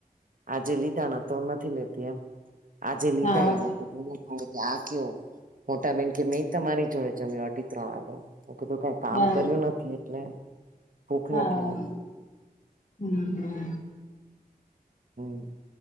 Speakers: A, on the right (about 60°); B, on the left (about 55°).
A: આજે લીધા ને તો નથી લેતી એમ આજે લીધા
B: હા
A: એ લોકો આ કેવું? મોટાબેન કે મેં તમારી જોડે જમ્યું અઢી-ત્રણ વાગે, મેં કીધું કે કામ
B: હા
A: કર્યું નથી એટલે ભૂખ
B: હા
A: નથી લાગતી
B: હમ્મ હમ્મ.
A: હમ્મ